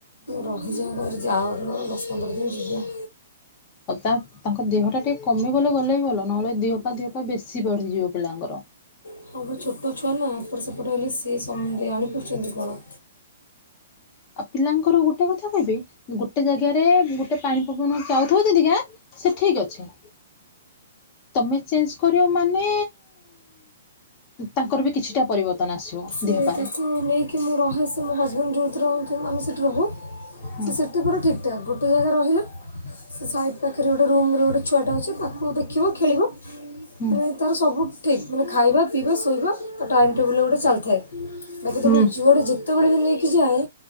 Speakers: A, on the left; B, on the left.
A: ରହିଯାଉ କହି <unintelligible> ପଦର ଦିନି ଯିବା।
B: ତା ତାଙ୍କ ଦେହ ଟା ଟିକେ କମି ଗଲେ ଗଲେ ବି ଭଲ ନହେଲେ ଦିହ ପା ଦିହପା ବେଶୀ ବଢିଯିବ ପିଲାଙ୍କର
A: ତାପରେ ଛୋଟ ଛୁଆ ନା ଏପଟ ସେପଟ ହେଲେ ସିଏ ସମଦି ଆଣିପାରୁଚନ୍ତି କଣ?
B: ଆଉ ପିଲାଙ୍କର ଗୋଟେ କଥା କହିବି ଗୋଟେ ଜାଗାରେ ଗୋଟେ ପାଣି ପବନ ଚାଉଥିବ ଜଦିକା ସେ ଠିକ ଅଛି। ତମେ ଚେଞ୍ଜ କରିବ ମାନେ ତାଙ୍କର ବି କିଛିଟା ପରିବର୍ତ୍ତନ ଆସିବ। ଦେହ
A: ସେ
B: ପାରେ।
A: ତାକୁ ନେଇକି ମୁଁ ରହେ ସେ ମୋ ହଜବେଣ୍ଡ ଯେଉଁଥିରେ ରୁହୁଥୁଲେ ଆମେ ସେଇଠି ରହୁ
B: ହୁଁ
A: ସେ ସେ ହେଟି ପୁରା ଠିକ ଠାକ ଗୋଟେ ଜାଗା ରହିଲେ ସେ ସାଇଡ଼୍ ପାଖରେ ଗୋଟେ ରୁମରେ ଗୋଟେ ଛୁଆଟେ ଅଛି ତାକୁ ଦେଖିବ ଖେଳିବ।
B: ହୁଁ
A: ମାନେ ତୋର ସବୁ ଠିକ୍ ମାନେ ଖାଇବା ପିଇବା ଶୋଇବା ତା ଟାଇମ୍ ଟେବୁଲ ଗୋଟେ ଚାଲିଥାଏ। ବାକି ତାକୁ
B: ହୁଁ
A: ଯୁଆଡେ ଯେତେବେଳେ ବି ନେଇକି ଯାଏ।